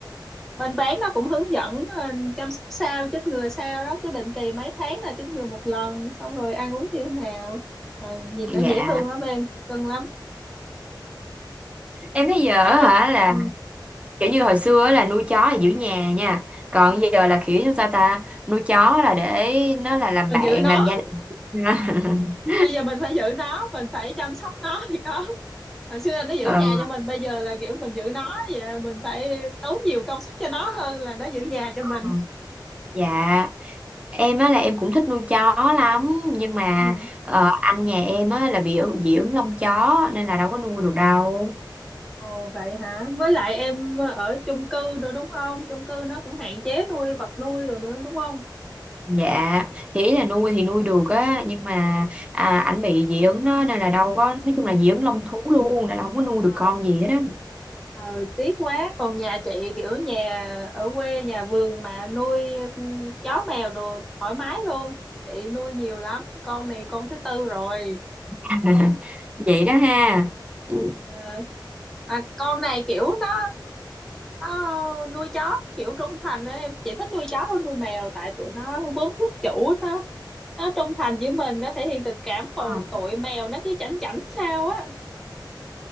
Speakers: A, in the centre; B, on the right (about 15°).
A: bên bán nó cũng hướng dẫn ờ, chăm sóc sao chích ngừa sao đó cứ định kỳ mấy tháng là chích ngừa một lần xong rồi ăn uống như thế nào Rồi nhìn
B: dạ
A: nó dễ thương lắm em cưng lắm
B: em thấy giờ á
A: em có
B: hả là
A: ừ.
B: kiểu như hồi xưa á là nuôi chó là giữ nhà nha còn
A: Ừ.
B: giờ là kiểu như sao ta nuôi chó là để nó là làm
A: mình
B: bạn
A: giữ nó
B: làm gia đình <laughs>
A: bây giờ mình phải giữ nó mình phải chăm sóc nó thì có hồi xưa là nó giữ
B: Ờ,
A: nhà cho mình bây giờ là kiểu mình giữ nó vậy mình phải tốn nhiều công sức cho nó hơn là nó giữ nhà cho
B: ừ.
A: mình
B: Dạ, em á là em cũng thích nuôi chó lắm nhưng mà
A: ừ
B: ờ, anh nhà em á là bị dị ứng lông chó nên là đâu có nuôi được đâu.
A: Ồ vậy hả? Với lại em ở chung cư nữa đúng không? Chung cư nó cũng hạn chế nuôi vật nuôi rồi nữa đúng không?
B: Dạ, thì ý là nuôi thì nuôi được á nhưng mà à, anh bị dị ứng đó nên là đâu có nói
A: Ừ.
B: chung là dị ứng lông thú luôn nên là không có nuôi được
A: Ờ,
B: con gì hết á.
A: ờ, tiếc quá. Còn nhà chị kiểu nhà ở quê nhà vườn mà nuôi ừ, chó mèo đồ thoải mái luôn. Chị nuôi nhiều lắm. Con này con thứ tư rồi.
B: <laughs> Vậy đó ha. Ừ.
A: Ờ, mà con này kiểu nó nó nuôi chó kiểu trung thành á em chỉ thích nuôi chó hơn nuôi mèo tại tụi nó quấn quýt chủ nó nó trung thành với mình nó thể hiện tình cảm còn
B: Dạ.
A: tụi mèo nó cứ chảnh chảnh sao á